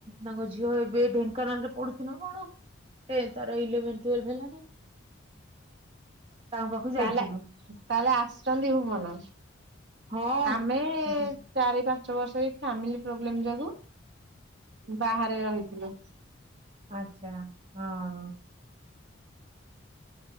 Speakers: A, on the right; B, on the right.
A: ତାଙ୍କ ଝିଅ ଏବେ ଢେଙ୍କାନାଳ ରେ ପଡ଼ୁଚି ନା କଣ। ଏଁ ଇଲେଭେନ ଟୁଏଲ୍ଭ ହେଲାଣି ତାଙ୍କ ପାଖକୁ
B: ତାହେଲେ
A: ଯାଇଥିଲୁ।
B: ତାହେଲେ ଆସିଛନ୍ତି ଭୁବନ
A: ହଁ।
B: ଆମେ ଚାରି
A: ହଁ
B: ପାଞ୍ଚ ପାଞ୍ଚ ବର୍ଷ ହେଇ ଫ୍ୟାମିଲି ପ୍ରୋବ୍ଲେମ ଯୋଗୁ ବାହାରେ ରହିଥିଲୁ।
A: ଆଛା ହଁ।